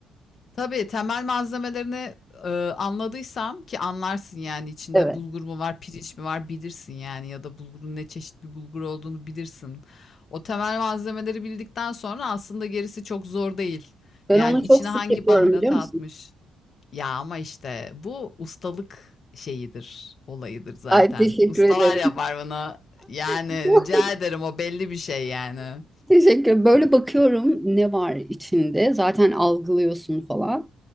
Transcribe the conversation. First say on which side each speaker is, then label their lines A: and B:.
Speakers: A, on the left; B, in the centre.
A: Tabii temel malzemelerini, ııı, anladıysam ki anlarsın yani içinde
B: Evet.
A: bulgur mu var, pirinç mi var bilirsin yani ya da bulgurun ne çeşit bir bulgur olduğunu bilirsin. O temel malzemeleri bildikten sonra aslında gerisi çok zor değil.
B: Ben
A: Yani
B: onu
A: içine
B: çok sık
A: hangi
B: yapıyorum
A: baharatı
B: biliyor musun?
A: atmış? Ya ama işte bu ustalık şeyidir, olayıdır zaten.
B: Ay teşekkür
A: Ustalar
B: ederim.
A: yapar bunu. Yani
B: <laughs>
A: rica ederim o belli bir şey yani.
B: Teşekkür. Böyle bakıyorum ne var içinde. Zaten algılıyorsun falan.